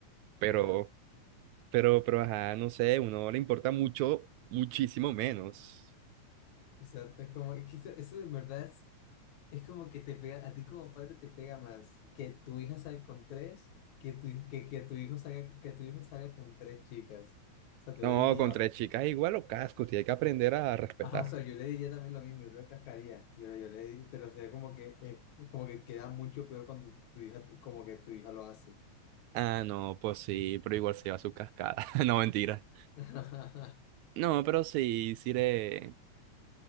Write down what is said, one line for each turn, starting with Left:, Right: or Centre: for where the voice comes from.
Right: Pero,
Left: Ajá.
Right: pero, pero, ajá, no sé, uno le importa mucho, muchísimo menos.
Left: Exacto, es como, es que eso, eso de verdad es, es como que te pega, a ti como padre te pega más que tu hija salga con tres, que tu, que, que tu hijo salga, que tu hijo salga con tres chicas. O sea, te
Right: No,
Left: lo diría,
Right: con tres chicas igual lo casco, tiene que aprender a respetar.
Left: Ajá, o sea, yo le diría también lo mismo, yo te cascaría. Yo, yo le diría, pero sería como que, eh, como que queda mucho peor cuando tu hija, como que tu hija lo hace.
Right: Ah, no, pues sí, pero igual se lleva su cascada. <laughs> No, mentira.
Left: <laughs>
Right: No, pero sí, sí le,